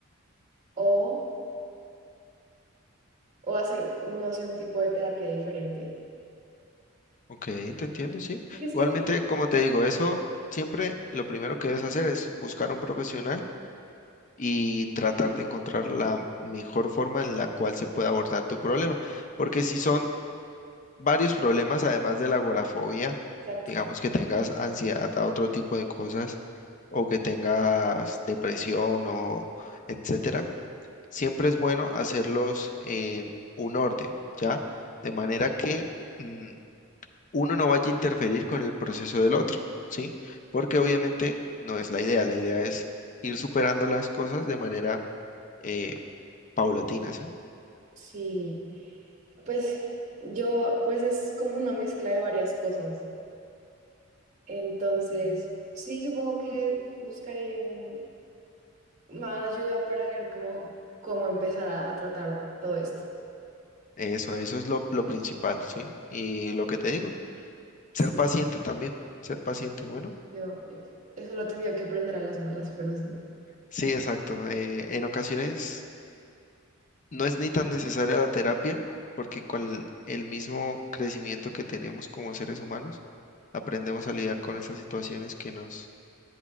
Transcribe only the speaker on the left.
Ok, te entiendo, sí.
Igualmente,
como te digo, eso siempre lo primero que debes hacer es buscar un profesional y tratar de encontrar la mejor forma en la cual se pueda abordar tu problema. Porque si son varios problemas, además de la agorafobia,
digamos que tengas ansiedad a otro tipo de cosas o que tengas depresión o etcétera, siempre es bueno hacerlos en un orden, ¿ya? De manera que... mm, uno no vaya a interferir con el proceso del otro, ¿sí? Porque obviamente no es la idea, la idea es ir superando las cosas de manera eh, paulatina, ¿sí?
Eso, eso es lo, lo principal, ¿sí? Y lo que te digo, ser
paciente también, ser paciente, bueno,
sí, exacto. eh, en ocasiones no es ni tan necesaria la terapia, porque con el mismo crecimiento que tenemos como seres humanos, aprendemos a lidiar con esas situaciones que nos